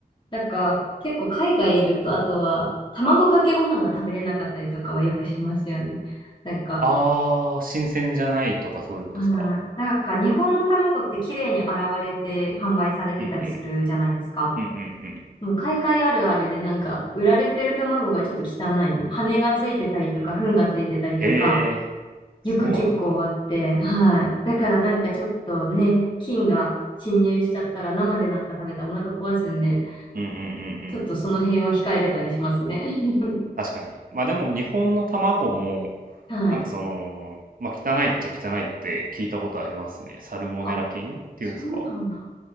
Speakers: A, on the left; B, on the right.
A: なんか、結構海外いると、あとは、卵かけご飯が食べれなかったりとかはよくしますよね。なんか、
B: あー、新鮮じゃないとかそういうことですか
A: あー、なんか日本の卵って綺麗に洗われて販売されてたりするじゃないですか。
B: うんうん。うんうんうん。
A: もう海外あるあるでなんか、売られてる卵がちょっと汚い。羽がついてたりとか、糞がついてたりとか、
B: へえ、そうなんだ。
A: よく結構あって、はい。だからなんかちょっとね、菌が侵入しちゃったら生でなんか食べたらお腹壊すんで、
B: うんうんうんう
A: ちょっとその辺は控えてたりしますね。
B: ん。
A: <laughs>
B: 確かに。まあでも日本の卵も、
A: はい。
B: なんかその、まあ汚いっちゃ汚いって聞いたことありますね。サルモネラ菌っていうんですか
A: あ、そうなんだ。